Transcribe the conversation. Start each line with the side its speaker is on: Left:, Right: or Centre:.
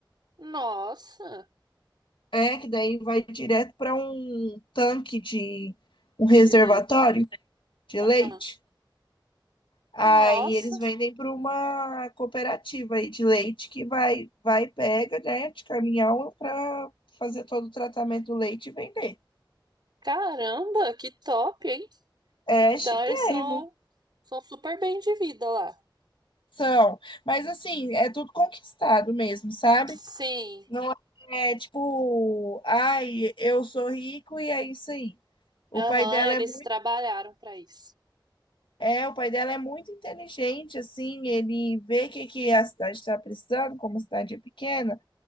Right: Nossa,
Left: é que daí vai direto para um tanque de um reservatório
Right: de leite.
Left: de
Right: Aham.
Left: leite. Aí
Right: Nossa,
Left: eles vendem para uma cooperativa aí de leite que vai, vai pega, né, de caminhão para fazer todo o tratamento do leite e vender.
Right: caramba, que top, hein?
Left: É
Right: Então
Left: chiquérrimo.
Right: eles são, são super bem de vida lá.
Left: São, mas assim, é tudo conquistado mesmo, sabe?
Right: Sim.
Left: Não é é tipo, ai, eu sou rico e é isso aí. O
Right: Aham,
Left: pai dela
Right: eles
Left: é muito,
Right: trabalharam para isso.
Left: é, o pai dela é muito inteligente, assim, ele vê o que, que a cidade está precisando, como a cidade é pequena,